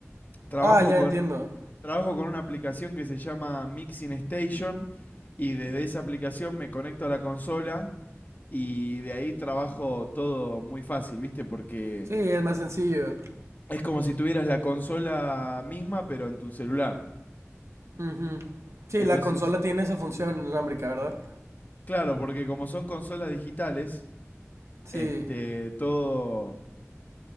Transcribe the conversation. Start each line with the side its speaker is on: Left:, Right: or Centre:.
Left: Trabajo
Right: Ah, ya
Left: con,
Right: entiendo.
Left: trabajo con una aplicación que se llama Mixing Station y desde esa aplicación me conecto a la consola y de ahí trabajo todo muy fácil, ¿viste? Porque
Right: Sí, es más sencillo.
Left: es como si tuvieras la consola misma, pero en tu celular.
Right: Ujú. Sí,
Left: Entonces,
Right: la consola tiene esa función inalámbrica, ¿verdad?
Left: claro, porque como son consolas digitales,
Right: Sí,
Left: este, todo,